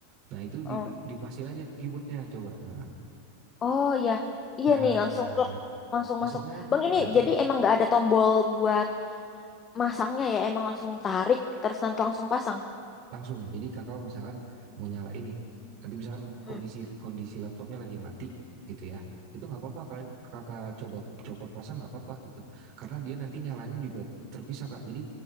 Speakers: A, on the right; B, on the left.
A: Nah, itu
B: Oh,
A: di, dipasin aja ke keyboardnya coba sekarang.
B: oh ya, iya
A: Nah,
B: nih langsung klik, langsung
A: langsung
B: masuk.
A: kan.
B: Bang ini
A: Nah, coba
B: jadi emang nggak ada tombol buat masangnya ya, emang langsung tarik terus nanti langsung pasang.
A: langsung. Jadi kakak misalkan mau nyala ini, nanti misalkan
B: Hmm.
A: kondisi kondisi laptopnya lagi mati gitu ya, itu nggak apa-apa kalian kakak coba copot pasang nggak apa-apa gitu, karena dia nanti nyalanya juga terpisah kak. Jadi